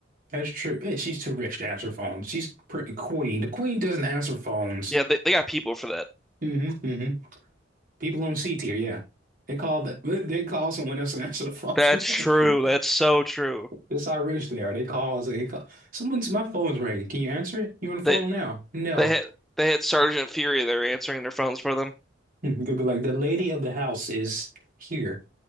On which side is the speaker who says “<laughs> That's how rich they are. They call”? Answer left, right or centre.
Right